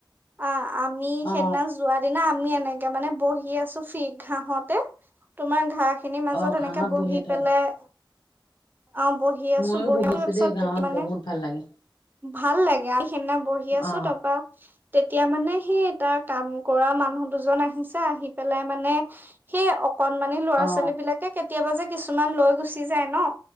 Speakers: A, on the right; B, on the left.
A: অ' আমি
B: অ
A: সেইদিনা যোৱা দিনা আমি এনেকে মানে বহি আছো ফি ঘাঁহতে তোমাৰ ঘাঁ খিনিৰ মাজত
B: অ ঘাঁহত
A: এনেকে বহি
B: থ
A: পেলাই অ' বহি আছো
B: ময়ো
A: বহি
B: বহিছো
A: পিছত
B: দেই ঘাঁহত
A: মানে
B: বহুত ভাল লাগে
A: ভাল লাগে তাৰপৰা তেতিয়া মানে সেইদিনা বহি আছো
B: অ
A: তাৰপৰা তেতিয়া মানে সেই এটা কাম কৰা মানুহ দুজন আহিছে আহি পেলাই মানে সেই অকনমানি ল'ৰা-ছোৱালী
B: অ
A: বিলাকে কেতিয়াবা যে কিছুমান লৈ গুচি যায় ন'